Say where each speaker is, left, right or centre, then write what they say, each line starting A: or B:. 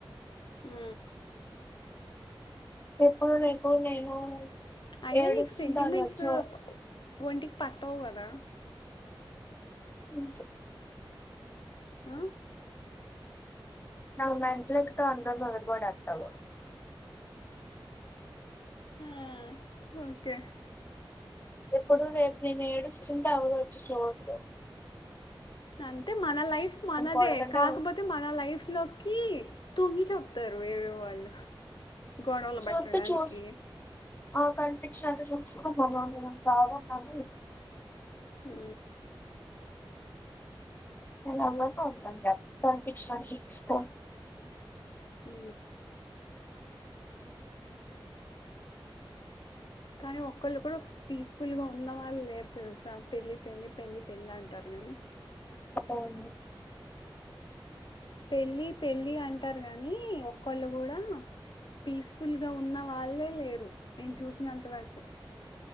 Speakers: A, on the left; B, on the left.
A: హు
B: ఎప్పుడు నేను నేను
A: అయినా
B: ఏడుస్తుంటే
A: నీకు సెంటిమెంట్స్
B: ఆళ్ళొచ్చి
A: ఒంటికి పట్టవ్ గదా
B: హు
A: ఆ
B: నాకు మెంట్లేక్కుతే అంత గుంజుకొని <unintelligible>
A: ఆ ఓకే
B: ఎప్పుడు నేను నేను ఏడుస్తుంటే ఏవరు వచ్చి చూడ్రు
A: అంటే మన లైఫ్ మనదే
B: కొడతంటే
A: కాకపోతే మన లైఫ్ లోకి తొంగి చెస్తరు వేరే వాళ్ళు గొడవలు
B: చూత్తే
A: పెట్టడానికి
B: చూస్ ఆ కనిపించినంత చూసుకున్నామ్మా <unintelligible>
A: హు
B: నేను అందంగ ఉంటాను గా కనిపిచ్నా తీసుకో
A: ఊ కానీ ఒక్కళ్ళు కూడ పీస్ఫుల్ గా ఉన్న వాళ్ళు లేరు తెలుసా పెళ్లి పెళ్ళి పెళ్లి పెళ్లి అంటారు దనే
B: ఎలా ఉన్నావ్
A: పెళ్ళి పెళ్ళి అంటరు గనీ ఒక్కళ్ళు గూడా పీస్ఫుల్గా ఉన్న వాళ్ళే లేరు నేను చూసినంత వరకు